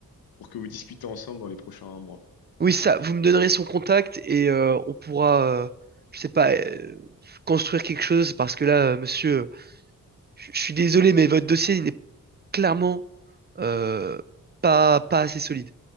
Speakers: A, on the left; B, on the right.
A: pour que vous discutez ensemble dans les prochains mois.
B: Oui, ça, vous me donnerez son contact et euh, on pourra, euh, je sais pas, euh, construire quelque chose parce que là, euh, monsieur, euh, je je suis désolé, mais votre dossier il n'est clairement euh, pas, pas assez solide.